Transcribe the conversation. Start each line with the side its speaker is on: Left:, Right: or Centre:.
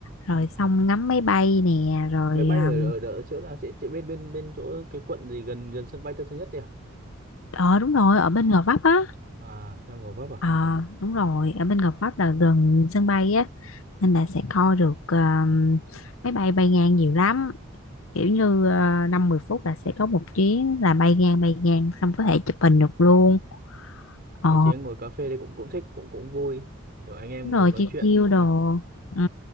Left: rồi xong ngắm máy bay nè, rồi
Right: máy bay
Left: ờ
Right: ở ở, ở chỗ nào sẽ chỗ bên bên bên chỗ cái quận gì gần gần sân bay Tân Sơn Nhất đấy à
Left: ờ, đúng rồi, ở bên Gò Vấp á.
Right: à đang Gò Vấp à
Left: Ờ đúng rồi, ở bên Gò Vấp là gần sân bay á nên là sẽ coi được um, máy bay bay ngang nhiều lắm kiểu như uh, 5-10 phút là sẽ có một chuyến là bay ngang bay ngang xong có thể chụp hình được luôn ờ
Right: rồi chị em ngồi cà phê đấy cũng cũng thích cũng cũng vui kiểu anh em
Left: đúng rồi
Right: ngồi nói
Left: chiêu
Right: chuyện
Left: chiêu đồ ừ.